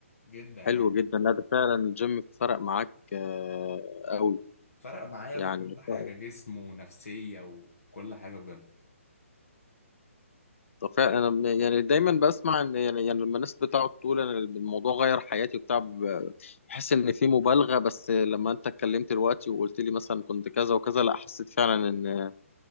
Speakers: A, on the left; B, on the left.
A: جدا يعني
B: حلو جدا لا ده فعلا الجيم فرق معاك آه، قوي
A: فرق معايا
B: يعني
A: في كل حاجة
B: ف-
A: جسم ونفسية وكل حاجة بجد
B: فعلا انا م- يعني دايما بسمع ان يعني يعني لما الناس بتقعد تقول انا الموضوع غير حياتي وبتاع ب- بحس ان في مبالغه بس لما انت اتكلمت دلوقتي وقلت لي مثلا كنت كذا وكذا لا حسيت فعلا ان